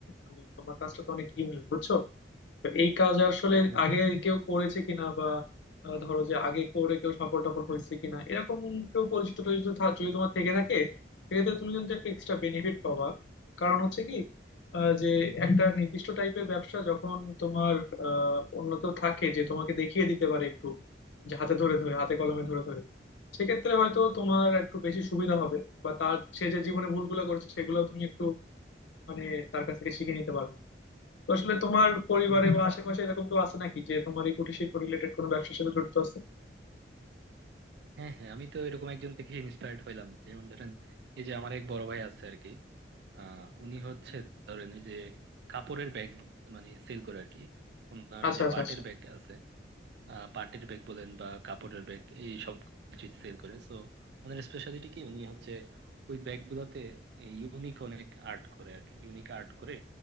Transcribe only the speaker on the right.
হুম
হম
হম হম হম
হুম হুম।
হ্যাঁ হ্যাঁ আমি তো এরকম একজন থেকে ইন্সপায়ার্ড হইলাম যেমন ধরেন এই যে আমার এক বড় ভাই আছে আর কি আহ উনি হচ্ছে ধরেন ওই যে কাপড়ের ব্যাগ মানে সেল করে আর কি ওনার
যে
পাটের
ব্যাগ আছে আহ পার্টির ব্যাগ বলেন বা কাপড়ের ব্যাগ এই সব কিছু সেল করে সো ওনার স্পেশালিটি কি উনি হচ্ছে ওই ব্যাগ গুলাতে ইউনিক অনেক আর্ট করে আর কি ইউনিক আর্ট করে